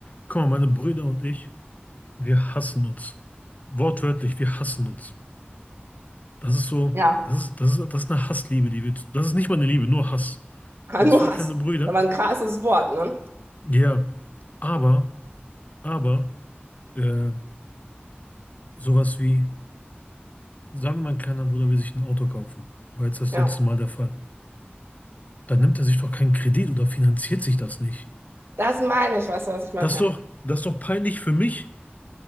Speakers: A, on the left (about 40°); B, on the right (about 75°).
A: Guck mal, meine Brüder und ich, wir hassen uns. Wortwörtlich, wir hassen uns. Das ist so,
B: Ja.
A: das
B: <laughs>
A: ist, das ist, das ist eine Hassliebe, die wir, zu- das ist nicht mal eine Liebe, nur Hass.
B: Ja,
A: Ich habe
B: nur
A: zwei
B: Hass.
A: kleine Brüder.
B: Aber ein krasses Wort, ne?
A: Ja. Aber, aber, äh, sowas wie, sagen wir, mein kleiner Bruder will sich ein Auto kaufen. War jetzt das
B: Ja,
A: letzte Mal der Fall. Dann nimmt er sich doch keinen Kredit oder finanziert sich das nicht.
B: das meine ich, weißt du, was ich meine?
A: Das ist
B: Ja.
A: doch, das ist doch peinlich für mich.